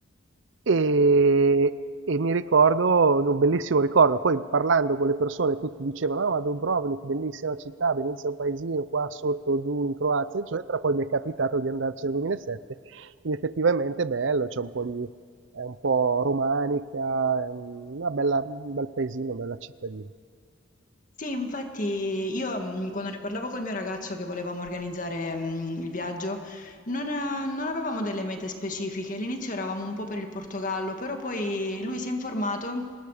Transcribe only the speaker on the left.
Sì, infatti io mh, quando ne parlavo col mio ragazzo che volevamo organizzare mh, il viaggio, non, eh, non avevamo delle mete specifiche. All'inizio eravamo un po' per il Portogallo, però poi lui si è informato